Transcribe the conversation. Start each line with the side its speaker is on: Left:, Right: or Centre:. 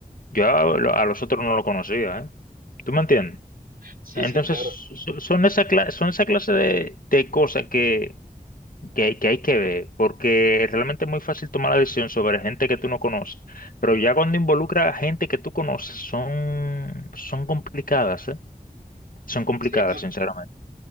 Left: Yo a, lo- a los otros no lo conocía, ¿eh? ¿Tú me entiendes?
Right: Sí,
Left: Entonces,
Right: sí, claro.
Left: so- son esa clase, son esa clase de, de cosas que que hay, que hay que ver, porque realmente es muy fácil tomar la decisión sobre gente que tú no conoces, pero ya cuando involucra a gente que tú conoces, son, son complicadas, ¿eh? Son complicadas,
Right: Sí, to-
Left: sinceramente.